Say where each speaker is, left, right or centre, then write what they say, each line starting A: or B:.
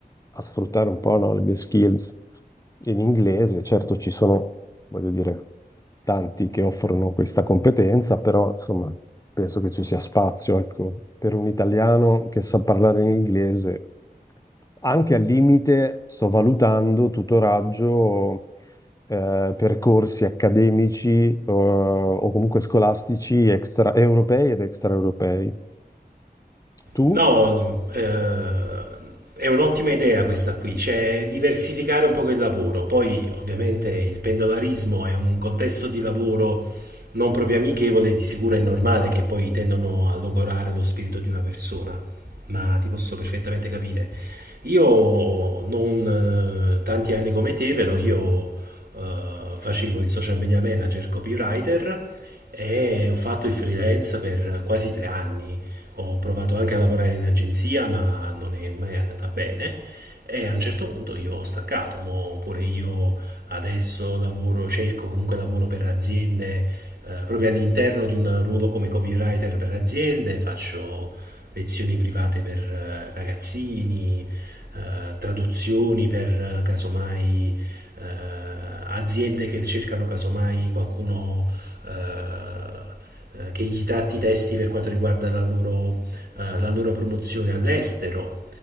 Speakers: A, on the left; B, on the right.
A: a sfruttare un po', no, le mie skills in inglese. Certo, ci sono, voglio dire, tanti che offrono questa competenza, però insomma, penso che ci sia spazio, ecco, per un italiano che sa parlare in inglese. Anche al limite sto valutando tutoraggio eh, percorsi accademici eh, o comunque scolastici extra europei ed extraeuropei. Tu?
B: No, eh, è un'ottima idea questa qui, cioè diversificare un po' il lavoro. Poi ovviamente il pendolarismo è un contesto di lavoro non proprio amichevole, di sicuro è normale che poi tendono a logorare lo spirito di una persona, ma ti posso perfettamente capire. Io non eh, tanti anni come te, però io eh, facevo il social media manager, copywriter e ho fatto il freelance per quasi tre anni. Ho provato anche a lavorare in agenzia, ma non è mai andata bene. E a un certo punto io ho staccato, mo pure io adesso lavoro, cerco comunque lavoro per aziende, eh, proprio all'interno di un ruolo come copywriter per aziende, faccio lezioni private per eh, ragazzini, eh, traduzioni per eh, casomai eh, aziende che cercano casomai qualcuno eh, eh, che gli tratti i testi per quanto riguarda la loro, eh, la loro promozione all'estero.